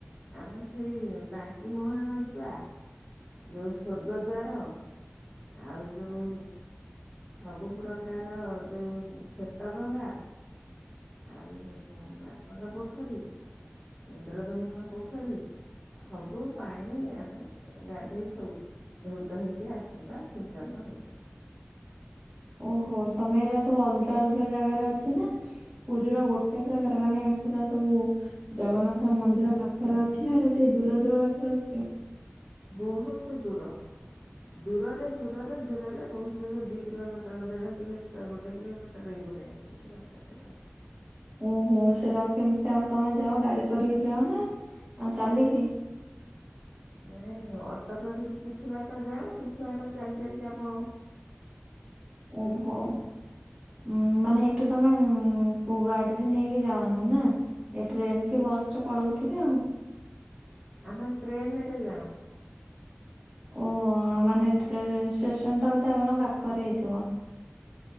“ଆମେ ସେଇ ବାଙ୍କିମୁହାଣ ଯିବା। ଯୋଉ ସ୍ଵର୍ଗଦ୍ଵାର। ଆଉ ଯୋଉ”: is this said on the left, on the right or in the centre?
Centre